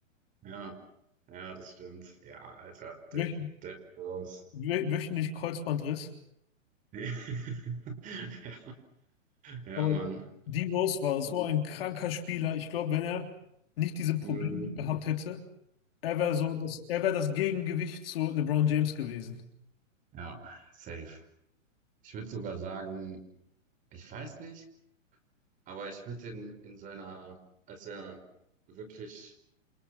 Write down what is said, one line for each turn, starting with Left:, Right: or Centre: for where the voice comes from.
Right: Ja, ja, das stimmt. Ja, Alter,
Left: Wöch,
Right: der, der raus.
Left: wö- wöchentlich Kreuzbandriss.
Right: <laughs> Ja, ja,
Left: Aber
Right: Mann.
Left: Dean Rose war so ein kranker Spieler. Ich glaube, wenn er nicht diese Probleme
Right: Hm.
Left: gehabt hätte, er wäre so das, er wäre das Gegengewicht zu LeBron James gewesen.
Right: Ja, safe. Ich würde sogar sagen, ich weiß nicht, aber ich würde den in seiner, als er wirklich